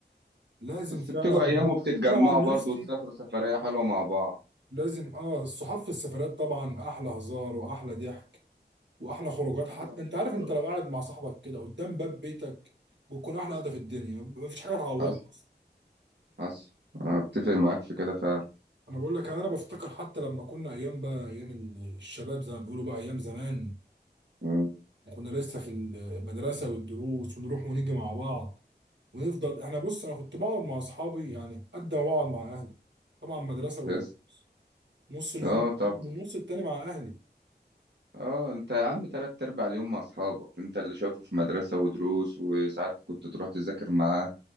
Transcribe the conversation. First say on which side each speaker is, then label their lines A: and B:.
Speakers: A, on the right; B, on the right.
A: فلازم
B: بس
A: فعلا
B: بتيجوا ايام وبتتجمعوا
A: انا عن
B: برضه
A: نفسي
B: وتسافروا سفرية حلوة مع بعض
A: لازم اه الصحاب في السفرات طبعا احلى هزار واحلى ضحك واحلى خروجات حتى
B: احلى خروجة
A: انت عارف انت لو قاعد مع صاحبك كده قدام باب بيتك بتكون احلى قعده في الدنيا مفيش حاجه تعوضها
B: حصل
A: اصلا
B: حصل أنا اتفق معاك في كده فعلا
A: انا بقول لك انا انا بفتكر حتى لما كنا ايام بقى ايام ال- الشباب زي ما بيقولوا بقى ايام زمان
B: مم.
A: كنا لسه في المدرسه والدروس ونروح ونيجي مع بعض ونفضل احنا بص انا كنت بقعد مع اصحابي يعني قد ما بقعد مع اهلي طبعا مدرسه ودروس
B: بس
A: نص اليوم
B: اه طب
A: والنص التاني مع اهلي
B: اه انت يا عم تلات ارباع اليوم مع اصحابك انت اللي شايفه في مدرسة ودروس وساعات كنت تروح تذاكر معاه